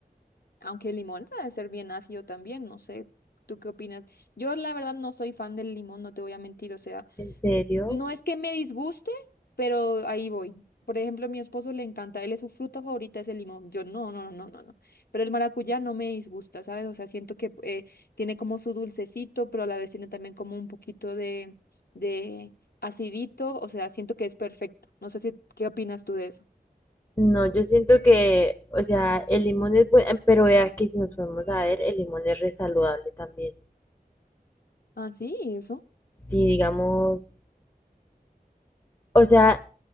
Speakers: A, on the left; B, on the left.
A: Aunque el limón sabe ser bien ácido también, no sé. ¿Tú qué opinas? Yo la verdad no soy fan del limón, no te voy a mentir. O sea,
B: ¿en serio?
A: No es que me disguste, pero ahí voy. Por ejemplo, a mi esposo le encanta, él es su fruta favorita es el limón. Yo no, no, no, no, no. no. Pero el maracuyá no me disgusta, ¿sabes? O sea, siento que eh, tiene como su dulcecito, pero a la vez tiene también como un poquito de, de acidito. O sea, siento que es perfecto. No sé si, ¿qué opinas tú de eso?
B: No, yo siento que, o sea, el limón es bueno, pero vea que si nos podemos a ver, el limón es re saludable también.
A: Ah, sí, eso.
B: Si digamos, O sea,